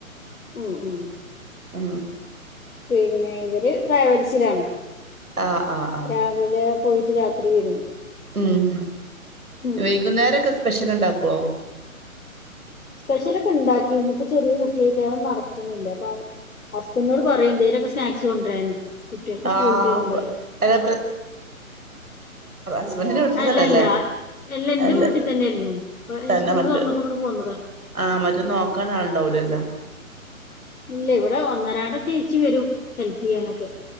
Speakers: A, on the left; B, on the right.
A: ഉം ഉം
B: ആ
A: പിന്നെ ഇവര് ട്രാവൽസിലാണ്
B: ആഹ് ആഹ് ആഹ്
A: രാവിലെ പോയിട്ട് രാത്രി വരും
B: ഉം
A: ഉം
B: വൈകുന്നേരൊക്കെ സ് പെഷ്യൽ ഉണ്ടാക്കോ
A: സ്പെഷ്യൽ ഒക്കെ ഉണ്ടാകി - ഇന്നിപ്പോ ചെറിയ കുട്ടിയായിട്ട് അതൊന്നും നട ക്ക്ണ്ല്ലാ പാവം ഹസ്ബന്റിനോട് പറയും എന്തേലൊക്കെ സ്നാക്സ് കൊണ്ടരാന് കുട്ടികൾക്ക്
B: ആഹ്
A: സ്കൂൾ വിട്ടു വരുമ്പോഴേ
B: അല്ല ഹസ്ബൻറ്റിന്റെ വീട്ടി
A: അല്ലല്ല
B: തന്നല്ലേ
A: അല്ല എന്റെ
B: അല്ലെ
A: വീട്ടിൽ തന്നെയായിരുന്നു ഇപ്പൊ ഞാൻ
B: തന്നെ
A: സ്കൂള്
B: മറ്റെ
A: തുറന്നപ്പോ ഇങ്ങോട്ട് പോന്നതാ
B: ആഹ് മറ്റെ നോക്കാൻ ആളുണ്ടാവുലല്ലോ
A: ഇല്ല ഇവിടെ ഒന്നരാടം ചേച്ചി വരും ഹെൽപ് ചെയ്യാനൊക്കെ